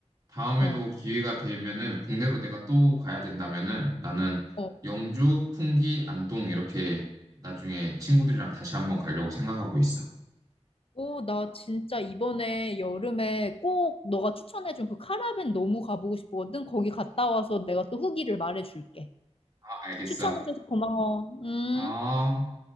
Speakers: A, on the right; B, on the left.
A: 다음에도
B: 어,
A: 기회가 되면은 국내로 내가 또 가야 된다면은 나는
B: 어.
A: 영주, 풍기, 안동 이렇게 나중에 친구들이랑 다시 한번 가려고 생각하고 있어.
B: 오, 나 진짜 이번에 여름에 꼭 너가 추천해준 그 카라벤 너무 가보고 싶거든. 거기 갔다 와서 내가 또 후기를 말해줄게.
A: 아, 알겠어.
B: 추천해줘서 고마워. 음.
A: 아.